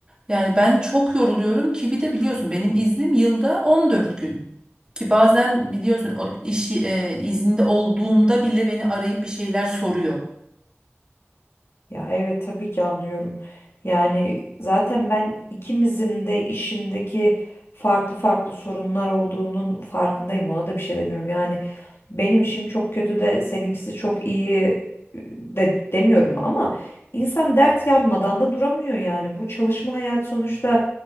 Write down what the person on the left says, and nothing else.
Ya evet tabii ki anlıyorum. Yani zaten ben ikimizin de işindeki farklı farklı sorunlar olduğunun farkındayım. Ona da bir şey demiyorum. Yani benim işim çok kötü de seninkisi çok iyi ıı, de demiyorum ama insan dert yanmadan da duramıyor yani. Bu çalışma hayat sonuçta